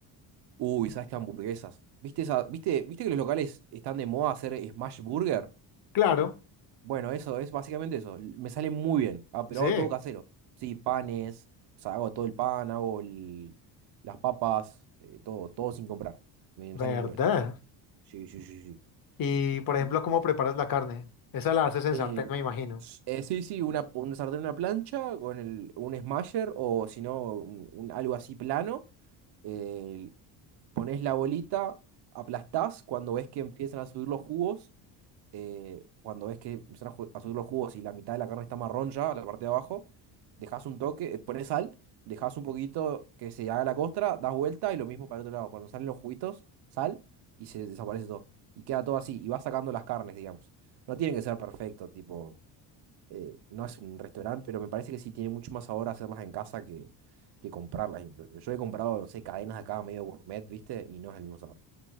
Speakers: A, on the right; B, on the left.
A: Uy, ¿sabes qué hamburguesas? ¿Viste esa, viste, viste que los locales están de moda hacer smash burger?
B: Claro,
A: Bueno, eso es básicamente eso. L- Me sale muy bien. Ah, pero
B: sí,
A: hago todo casero. Sí, panes, o sea, hago todo el pan, hago el- las papas, eh, todo, todo sin comprar. Me, me
B: verdad.
A: sale muy bien. Sí, sí, sí, sí.
B: Y por ejemplo,
A: Y,
B: ¿cómo preparas la carne? Esa la haces en
A: eh,
B: sartén, me imagino.
A: s- eh, sí, sí, una, un sartén, una plancha con el, un smasher o si no, un- un- algo así plano. eh, pones la bolita, aplastás cuando ves que empiezan a subir los jugos. eh, cuando ves que empiezan a ju- a subir los jugos y la mitad de la carne está marrón ya, la parte de abajo dejas un toque, eh, pones sal, dejas un poquito que se haga la costra, das vuelta y lo mismo para el otro lado. Cuando salen los juguitos, sal y se desaparece todo. Y queda todo así, y vas sacando las carnes, digamos. No tienen que ser perfecto, tipo, eh, no es un restaurante, pero me parece que sí tiene mucho más sabor hacerlas en casa que, que comprarlas. incluso. Yo he comprado, no sé, cadenas acá medio gourmet, ¿viste? Y no es el mismo sabor.